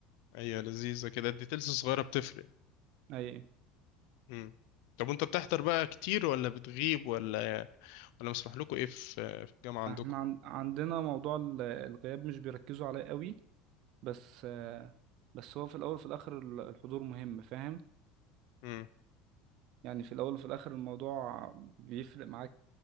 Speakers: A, on the left (about 70°); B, on the right (about 60°).
A: ايوه لذيذة كده الديتيلز الصغيرة بتفرق
B: اي
A: مم. طب وانت بتحضر بقى كتير ولا بتغيب ولا ولا مسموح لكم ايه في في الجامعة عندكم
B: احنا عن... عندنا موضوع ال- الغياب مش بيركزوا عليه قوي بس آه، بس هو في الاول وفي الاخر ال- الحضور مهم فاهم
A: امم
B: يعني في الاول وفي الاخر الموضوع بيفرق معاك